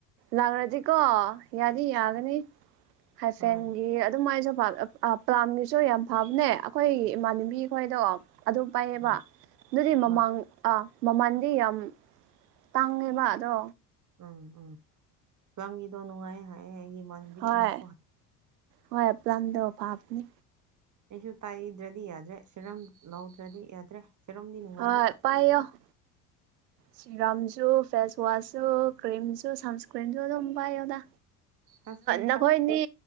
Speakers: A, on the right; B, on the right.
A: ꯂꯪꯔꯥꯖꯤ ꯀꯣ ꯌꯥꯗꯤ ꯌꯥꯒꯅꯤ ꯍꯥꯏꯐꯦꯟꯒꯤ
B: ꯍꯣꯏ
A: ꯑꯗꯨꯝ ꯃꯥꯏ ꯁꯣꯐꯥ ꯗꯣ ꯄ꯭ꯂꯥꯥꯟꯒꯤꯁꯨ ꯌꯥꯝ ꯐꯕꯅꯦ ꯑꯩꯈꯣꯏ ꯏꯃꯥꯟꯅꯕꯤ ꯈꯣꯏꯗꯣ ꯑꯗꯨꯝ ꯄꯥꯏꯌꯦꯕ
B: ꯎꯝ
A: ꯑꯗꯨꯗꯤ ꯃꯃꯥꯡ
B: ꯍꯣꯏ
A: ꯑ ꯃꯃꯜꯗꯤ ꯌꯥꯝ ꯇꯥꯡꯉꯦꯕ ꯑꯗꯣ
B: ꯎꯝ ꯎꯝ ꯐꯄꯥꯝꯒꯤꯗꯣ ꯅꯨꯡꯉꯥꯏ ꯍꯥꯏꯑꯦ ꯑꯩꯒꯤ ꯃꯥꯟꯕꯤꯒꯤ
A: ꯍꯣꯏ
B: ꯃꯁꯨ ꯍ
A: ꯍꯣꯏ ꯄ ꯂꯝꯂꯝꯗꯣ ꯐꯥꯕꯅꯦ
B: ꯑꯩꯁꯨ ꯇꯥꯏꯗ꯭ꯔꯗꯤ ꯌꯥꯗ꯭ꯔꯦ ꯁꯦꯔꯝ ꯂꯧꯗ꯭ꯔꯗꯤ ꯌꯥꯗ꯭ꯔꯦ ꯁꯦꯔꯝꯗꯤ ꯅꯨꯡꯉꯥꯏꯌꯦ
A: ꯍꯣꯏ ꯄꯥꯏꯌꯣ ꯁꯤꯔꯝꯁꯨ ꯐꯦꯁ ꯋꯥꯁꯁꯨ ꯀ꯭ꯔꯤꯝꯁꯨ ꯁꯟꯁꯀ꯭ꯔꯤꯝꯁꯨ ꯑꯗꯨꯝ ꯄꯥꯏꯌꯣꯗꯥ
B: ꯁꯟꯁꯀ꯭ꯔꯤꯟ
A: ꯅꯈꯣꯏꯅꯤ